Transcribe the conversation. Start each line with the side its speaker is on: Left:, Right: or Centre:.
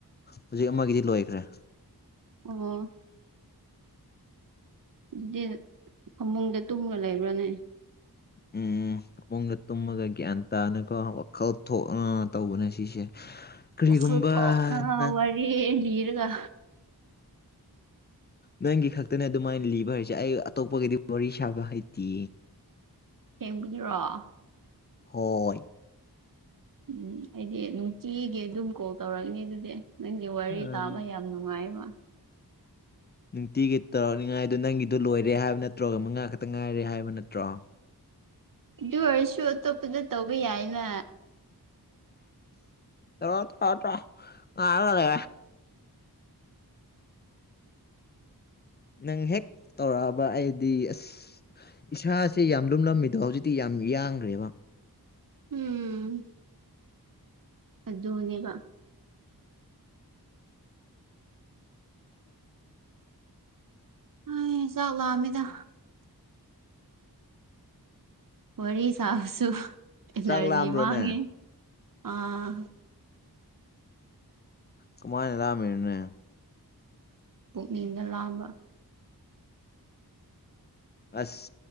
Left: ꯍꯧꯖꯤꯛ ꯑꯃꯒꯤꯗꯤ ꯂꯣꯏꯈ꯭ꯔꯦ
Right: ꯑꯣ ꯑꯗꯨꯗꯤ ꯐꯃꯨꯡꯗ ꯇꯨꯝꯂ ꯂꯩꯕ꯭ꯔꯣꯅꯦ
Left: ꯎꯝ ꯃꯨꯡꯗ ꯇꯨꯝꯃꯒ ꯒ꯭ꯌꯥꯟ ꯇꯥꯅꯀꯣ ꯋꯥꯈꯜ ꯊꯣꯛ ꯇꯧꯕꯅꯦ ꯁꯤꯁꯦ ꯀꯔꯤꯒꯨꯝꯕ
Right: ꯈ ꯊꯥꯎꯅ
Left: ꯅꯪ
Right: ꯋꯥꯔꯤ ꯂꯤꯔꯒ
Left: ꯅꯪꯒꯤ ꯈꯛꯇꯅꯦ ꯑꯗꯨꯃꯥꯏꯅ ꯂꯤꯕ ꯍꯥꯏꯁꯦ ꯑꯩ ꯑꯇꯣꯞꯄꯒꯤꯗꯤ ꯋꯥꯔꯤ ꯁꯥꯕ ꯍꯩꯇꯦ
Right: ꯊꯖꯔꯣ
Left: ꯍꯣꯏ
Right: ꯎꯝ ꯑꯩꯗꯤ ꯅꯨꯡꯇꯤꯒꯤ ꯑꯗꯨꯝ ꯀꯣꯜ ꯇꯧꯔꯛꯅꯤ ꯑꯗꯨꯗꯤ ꯅꯪꯒꯤ ꯋꯥꯔꯤ
Left: ꯑ,
Right: ꯇꯥꯕ ꯌꯥꯝ ꯅꯨꯡꯉꯥꯏꯕ
Left: ꯅꯨꯡꯇꯤꯒꯤ ꯇꯧꯔꯛꯅꯤꯉꯥꯏꯗ ꯅꯪꯒꯤꯗꯨ ꯂꯣꯏꯔꯦ ꯍꯥꯏꯕ ꯅꯠꯇ꯭ꯔꯣꯒ ꯃꯉꯥ ꯈꯛꯇ ꯉꯥꯏꯔꯦ ꯍꯥꯏꯕ ꯅꯠꯇ꯭ꯔꯣ
Right: ꯑꯗꯨ ꯑꯣꯏꯔꯁꯨ ꯑꯇꯣꯞꯄꯗ ꯇꯧꯕ ꯌꯥꯏꯅ
Left: ꯑꯦꯣ ꯇꯣ ꯇ꯭ꯔꯣ ꯉꯕ ꯅꯪ ꯍꯦꯛ ꯇꯧꯔꯛꯑꯕ ꯑꯩꯗꯤ ꯑꯁ ꯏꯁꯥꯁꯦ ꯌꯥꯝ ꯂꯨꯝꯂꯝꯃꯤꯗꯣ ꯍꯧꯖꯤꯛꯇꯤ ꯌꯥꯝ ꯌꯥꯡꯈ꯭ꯔꯦꯕ
Right: ꯎꯝ ꯑꯗꯨꯅꯦꯕ ꯑ ꯆꯥꯛ ꯂꯝꯃꯤꯗ ꯋꯥꯔꯤ ꯁꯥꯁꯨ ꯑꯦꯅꯔꯖꯤ
Left: ꯆꯥꯛ ꯂꯥꯝꯕ꯭ꯔꯣꯅꯦ
Right: ꯃꯥꯡꯉꯦ ꯑꯥ
Left: ꯀꯃꯥꯏꯅ ꯂꯥꯛꯑꯃꯦꯅꯦ
Right: ꯄꯨꯅꯤꯡꯗ ꯂꯑꯝꯕ
Left: ꯑꯁ